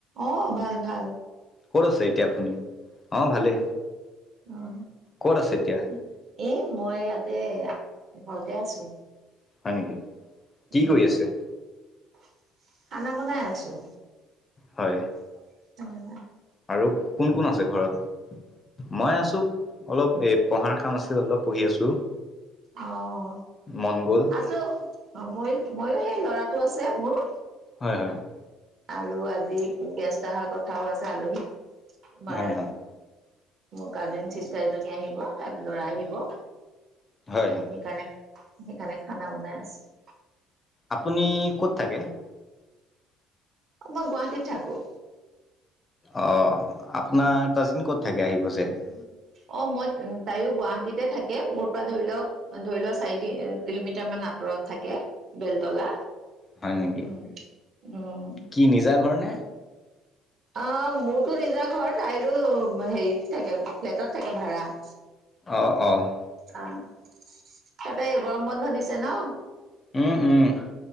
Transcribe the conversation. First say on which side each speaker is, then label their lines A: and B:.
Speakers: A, on the right; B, on the left.
A: অ ভাল ভাল।
B: ক'ত আছে এতিয়া আপুনি, অ ভালেই।
A: অঁ!
B: ক'ত আছে
A: <inaudible>
B: এতিয়া?
A: এই মই ইয়াতে ঘৰতে আছো। <inaudible>
B: হয় নেকি? কি
A: উম,
B: কৰি আছে? <inaudible>
A: <inaudible> খানা বনাই আছোঁ।
B: হয়। <inaudible>
A: অঁ! <inaudible>
B: আৰু কোন-কোন আছে ঘৰত? <unintelligible> মই আছোঁ। অলপ এ পঢ়াৰ কাম আছিল অলপ পঢ়ি আছোঁ। <inaudible>
A: অঁ!
B: মন গ'ল।
A: আছোঁ। মই মইয়ো সেই ল'ৰাটো আছে মোৰ। <inaudible>
B: হয়-হয়। <inaudible>
A: আৰু আজি গেষ্ট অহাৰ কথাও আছে আলহীক তোমাৰ
B: হয়
A: <inaudible>
B: হয়।
A: মোৰ কাজিন চিষ্টাৰ এজনী আহিব, তাৰ ল'ৰা আহিব। <inaudible>
B: হয়।
A: সেইকাৰণে-সেইকাৰণে খানা বনাই আছো। <inaudible>
B: আপুনি ক'ত থাকে? <inaudible>
A: <inaudible> মই গুৱাহাটীত থাকোঁ।
B: অঁ! আপোনাৰ কাজিন ক'ত থাকে আহিব যে? <inaudible>
A: অ! মই <unintelligible> তাইয়ো গুৱাহাটীতে থাকে মোৰ পৰা ধৰি লওক ধৰি লও চাৰি <inaudible> কিলোমিটাৰ মান আঁতৰত থাকে বেলতলা।
B: হয় নেকি?
A: উম <inaudible> উম!
B: কি নিজা ঘৰ নে? <inaudible>
A: অঁ! মোৰতো নিজা ঘৰ। তাইৰো হেৰিত থাকে ফ্লেটত থাকে ভাড়া। <inaudible>
B: অ-অ! <inaudible>
A: অ! <inaudible> তাতে গৰম বন্ধ দিছে ন?
B: উম-উম। <inaudible>